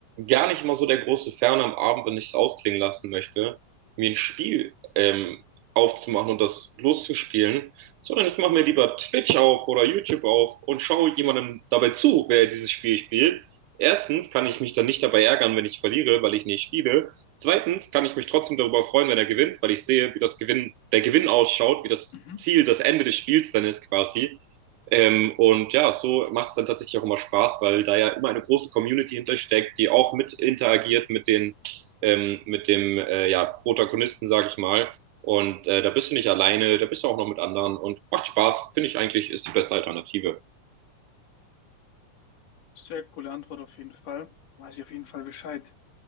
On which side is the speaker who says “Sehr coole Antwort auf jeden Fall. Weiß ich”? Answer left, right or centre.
Left